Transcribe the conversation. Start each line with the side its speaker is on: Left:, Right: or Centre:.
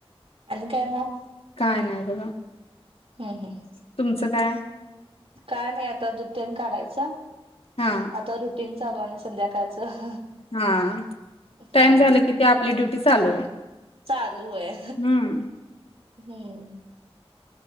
Right: आनी काय मग?
Left: काय नाही बघा.
Right: हम् हम्.
Left: तुमचं काय
Right: काय नाही आता दुत्यान काढायच.
Left: हा
Right: आता दुद मीटिंग चालू आणि संध्याकाळचं..
Left: हा टाइम
Right: हा
Left: झाला की ते आपली ड्युटी चालू..
Right: चात चालू आहे.
Left: हम्म
Right: होय.